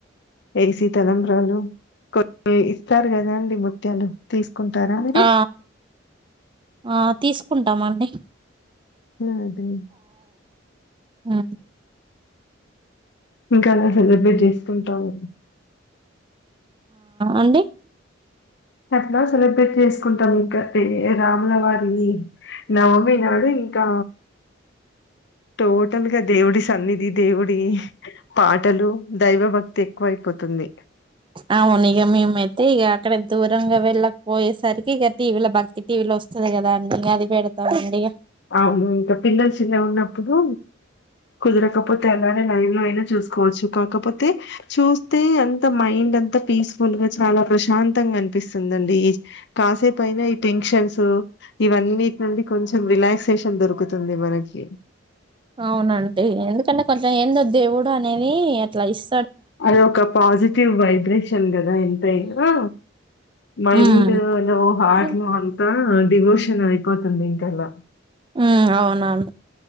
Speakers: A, on the left (about 60°); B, on the right (about 25°).
A: ఏసీ తలంబ్రాలు కొన్ని ఇస్తారు గదాండి ముత్యాలు తీస్ కుంటారా మీరు
B: ఆ ఆ తీస్ కుంటామండి
A: అ అదే
B: ఆ
A: ఇంకా అలా సెలబ్రేట్ చేసుకుంటాము.
B: అండి
A: అట్ల సెలబ్రేట్ చేసుకుంటాం ఇంక ఏ రాములవారి వమి నవమి నాడు ఇంకా టోటల్ గా దేవుడి సన్నిధి దేవుడి పాటలు దైవభక్తి ఎక్కువైపోతుంది.
B: అవును ఇగ మేమైతే ఇగ అక్కడ దూరంగా వెళ్ళకపోయేసరికి ఇగ టీవీల భక్ టీవీలో వస్తది గదా అండి ఇగ అది పెడతామండి.
A: అవును ఇంక పిల్లల్ శిన్నగున్నపుడు కుదరకపోతే అలానే లైవ్ లో అయినా చూసుకోవచ్చు. కాకపోతే చూస్తే అంత మైండ్ అన్ త పీస్ఫుల్ గా చాలా ప్రశాంతంగా అనిపిస్తుందండి. ఈ కాసేపు అయినా ఈ టెన్షన్ సు ఇవన్నిటి నుండి కొంచెం రిలాక్సేషన్ దొరుకుతుంది మనకి.
B: అవునండి ఎందుకంటే కొంచెం ఏందో దేవుడు అనేది అట్ల ఇస్
A: అది ఒక పాజిటివ్ వైబ్రేషన్ గదా ఎంతైనా మైండ్
B: ఉమ్
A: ను్ హార్ట్
B: ఉమ్
A: ను అంత ఆ డివోషన్ అయిపోతుంది ఇంకాలా
B: మ్ అవునండి